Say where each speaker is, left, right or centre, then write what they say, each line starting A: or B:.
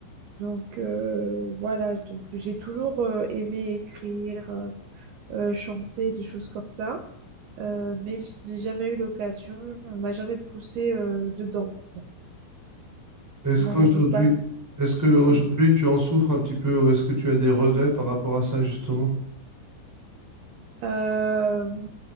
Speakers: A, on the right; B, in the centre.
A: Donc euh, voilà, donc j'ai toujours euh, aimé écrire, euh, euh, chanter, des choses comme ça, euh, mais je n'ai jamais eu l'occasion, on m'a jamais poussé euh, dedans, quoi.
B: Est-ce
A: Voilà,
B: qu'aujourd'hui,
A: donc pardon.
B: est-ce que aujourd'hui
A: Oui.
B: tu en souffres un petit peu ou est-ce que tu as des regrets par rapport à ça justement?
A: Euh,